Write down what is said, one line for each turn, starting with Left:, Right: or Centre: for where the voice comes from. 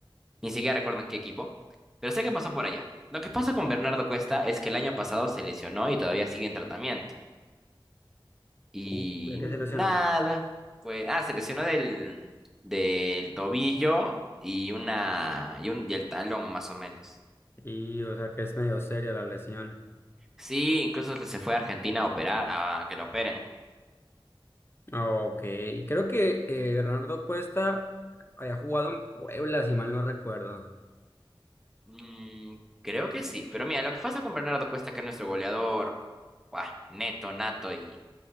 Centre: ni siquiera recuerdo en qué equipo, pero sé que pasó por allá. Lo que pasa con Bernardo Cuesta es que el año pasado se lesionó y todavía sigue en tratamiento. Y
Left: uh, ya que se lesionó.
Centre: nada, pues, ah, se lesionó del, del tobillo y una, y un, y el talón más o menos.
Left: Y, o sea, que es medio seria la lesión.
Centre: Sí, incluso se fue a Argentina a operar, a que lo operen.
Left: Ok, creo que eh, Bernardo Cuesta había jugado en Puebla, si mal no recuerdo.
Centre: Mm, creo que sí, pero mira, lo que pasa con Bernardo Cuesta, que es nuestro goleador, buah, neto, nato y,